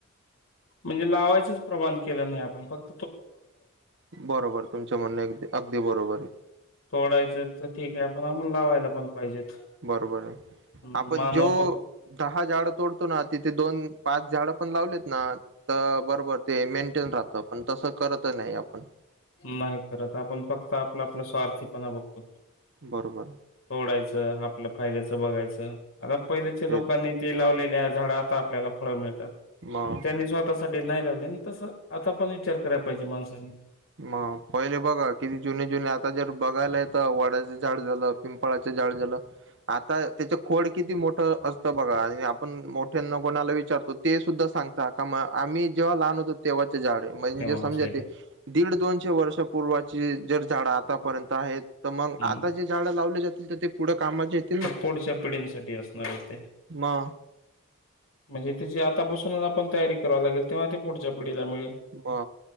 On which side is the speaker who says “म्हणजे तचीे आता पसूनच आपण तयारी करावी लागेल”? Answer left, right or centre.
Left